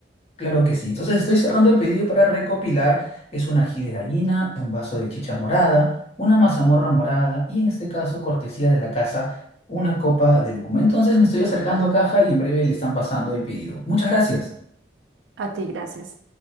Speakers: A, on the left; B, on the right.
A: Claro que sí. Entonces estoy cerrando el pedido para recopilar. Es un ají de gallina, un vaso de chicha morada, una mazamorra morada y en este caso, cortesía de la casa, una copa de lúcuma. Entonces me estoy acercando a caja y en breve le están pasando el pedido. Muchas gracias.
B: A ti, gracias.